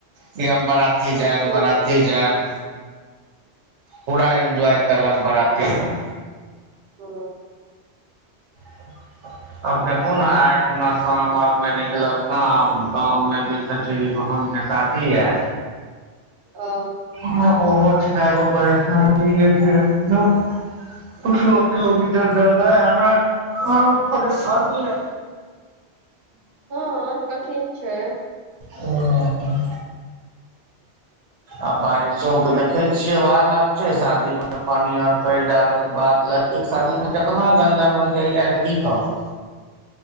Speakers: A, on the right; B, on the right.
A: कि हम बराती
B: हँ
A: जाएब, बराती जाएब। पूरा इन्जॉय करलक बराती मे।
B: ओ।
A: <inaudible> अब देखु नै आय खुना शाम अर मे निकलब गाम, गाम मे भी चचेरी बहन कऽ शा दी या।
B: औ।
A: हां उहो ठना एगो परेशानिये छै <unintelligible> कुछो किलोमीटर जानाय-आनाय बहुत परेशानी या।
B: हँ कठिन छै
A: ओ ओ। आ बारिशो के देखै छियै वहाए हाल छै, शादी मे पानी आर पैड़ जाबे के बाद ला एक शादी मे केतना गनजन होय जायया की कहब।